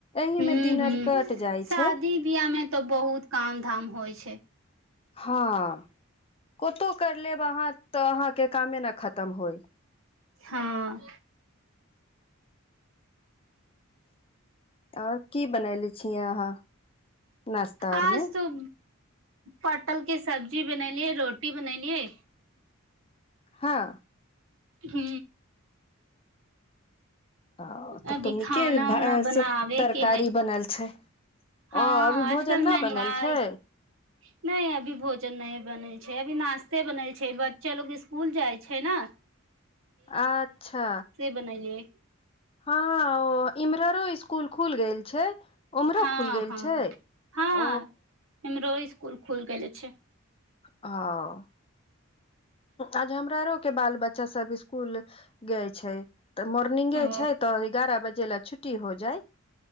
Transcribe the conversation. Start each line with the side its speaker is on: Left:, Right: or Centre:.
Left: एहि
Right: हूँ
Left: मे दिनर
Right: हूँ
Left: कट जाइ
Right: शादी
Left: छै
Right: बियाह मे तऽ बहुत काम धाम होइ छै
Left: हँ ओतो करि लेब अहाँ अर तऽ अहाँके कामे न खतम होइ
Right: हँ
Left: आओर की बनले छी आहा नाश्ता
Right: आज
Left: अरमे
Right: तो पटल के सब्जी बनेलियै रोटी बनैेलियै
Left: हँ
Right: हू
Left: ह तब
Right: अभी
Left: तऽ नीके
Right: खाना
Left: भ
Right: उना बनाबे
Left: स तरकारी
Right: के है
Left: बनल छै
Right: हँ
Left: ओ अभी
Right: आजकल
Left: भोजन
Right: महंगाई
Left: न बनल छै
Right: नहि अभी भोजन नहि बनेल छै अभी नाश्ता नशते बनल छै बच्चा लोग स्कूल जाइ छै ना
Left: अच्छा
Right: बनेलियै
Left: हँ इमररो स्कुल खुल गेल छै उम्हरो
Right: हँ
Left: खुल गेल
Right: हँ
Left: छै
Right: हँ
Left: ओ
Right: इमरो स्कूल खुल गेल‌ छै
Left: हँ आज हमरा आरो के बाल बच्चा सब स्कूल गेल छै तऽ मोर्निंगे
Right: ओ
Left: छै तऽ एगारह बजे ल छुट्टी हो जाय